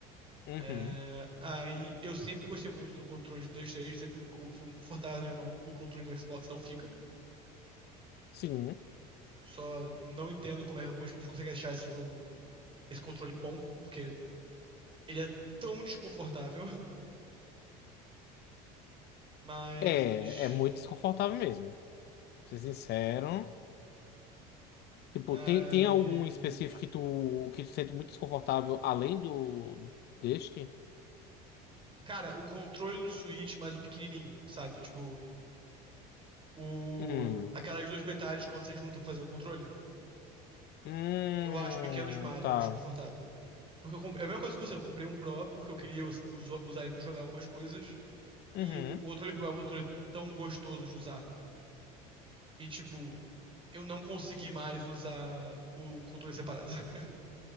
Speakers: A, on the left; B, on the right.
A: Uhum.
B: É, aí eu sempre gostei muito do controle de PlayStation, sempre co- foi muito confortável na minha mão, e o controle do Xbox não fica.
A: Sim.
B: Só não entendo como é que algumas pessoas conseguem achar esse jogo, esse controle bom, porque ele é tão desconfortável, <laughs> mas
A: É, é muito desconfortável mesmo. Pra ser sincero. Tipo,
B: Mas.
A: tem, tem algum específico que tu, que tu sente muito desconfortável além do deste?
B: Cara, o controle do Switch, mas o pequenininho, sabe? Tipo, o...
A: Hum.
B: aquelas duas metades quando você junta pra fazer o controle,
A: Hum,
B: eu acho pequeno demais,
A: tá.
B: eu acho confortável. Porque eu comprei... é a mesma coisa que você, eu comprei um Pro porque eu queria us- us- usar ele pra jogar algumas coisas,
A: Uhum.
B: e o o controle Pro é um controle tão gostoso de usar. E, tipo, eu não consegui mais usar o controle separado. <laughs>